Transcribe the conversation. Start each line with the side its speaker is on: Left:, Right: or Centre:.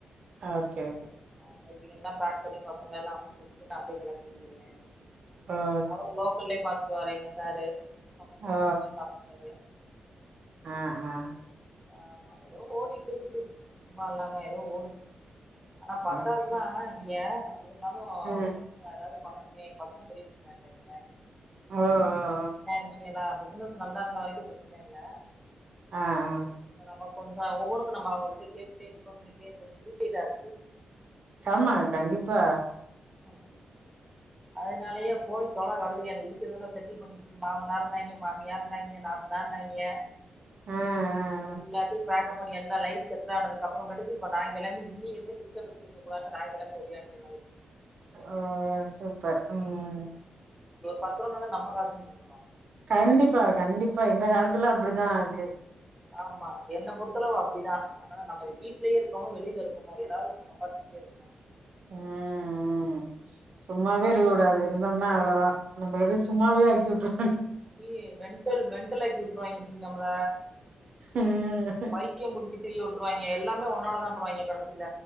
Right: okay
Centre: ஆ இவங்கிலல்லா பேக் பண்ணி பசங்கல்லா அமிச்சு விட்டு நா அப்டியே கெளம்பி வந்துருவே
Right: ஆ
Centre: அவரு லோக்கல்லயே பாத்துக்குவாரு எங்க சாரு எங்க சமத்துவ
Right: ஓ
Centre: சுதந்திரமே சாப்ட்டுக்குவாரு
Right: ஆ ஆ
Centre: ஆமா ஏதோ ஓடிட்டு இருக்குது சும்மா இல்லாம ஏதோ ஓடுது ஆனா பத்தாவதுதா
Right: ஓகே
Centre: ஏ இருந்தாலு
Right: ம்
Centre: சும்மாங்க ஏதாவது பண்ணணுமே பசங்க பெரிய பசங்க ஆய்டாய்ங்க
Right: ஆ ஆ
Centre: பினான்சியலா பிசினஸ் நல்லா இருந்த வரைக்கு பிரச்சனை இல்ல
Right: ஆ ஆ
Centre: நம்ம கொஞ்ச ஒவ்வொனுக்கு நம்ம அவங்ககிட்ட கேட்டுட்டே டிபன் பண்ணிட்டே இருக்கது இரிடேட்டா இருக்குது
Right: சாமா கண்டிப்பா
Centre: ம் அதனாலயே போய் தொலை கழுதையா இருக்கிறதெல்லா செட்டில் பண்ணி விட்டுட்டு மாமனார்ணாய்ங்க மாமியாணாய்ங்க ந ணான்னாய்ங்க
Right: ஆ ஆ
Centre: எல்லாத்தையு பேக்பப் பண்ணி எல்லா லைப் செட்டில் ஆனதுக்கு அப்புறமேட்டுக்கு இப்ப நா கெளம்பி இன்னி எந்த டிஸ்டபன்ஸ் இருக்கக்கூடாது <inaudible> நாயங்கள்ளா ஒடியாண்ட வேலைக்கு
Right: ஆ சூப்பர் ம்
Centre: பத்ரூவானாலு நம காசு <unintelligible>
Right: கண்டிப்பா கண்டிப்பா இந்த காலத்துலா அப்படிதா இருக்கு
Centre: ஆமா என்ன பொறுத்தளவு அப்டிதா அதனால நம்ம வீட்லயே இருக்கோமோ வெளியில இருக்கமோ ஏதாவது ஒண்ணு சம்பாதிச்சுட்டே இருக்கணு
Right: ம் ம் சும்மாவே இருக்கக்கூடாது இருந்தம்னா அவ்வளவுதா நம்மள இப்டி சும்மாவே ஆக்கி விட்டுருவாங்க
Centre: ஜி மெண்டல் மென்டல்லாக்கி விட்டுருவாய்ங்க ஜி நம்மள
Right: ம்
Centre: பைத்திய பிடிச்ச திரிய விட்டுருவாய்ங்க எல்லாமே ஒன்னாலதான்ருவாய்ங்க கடைசில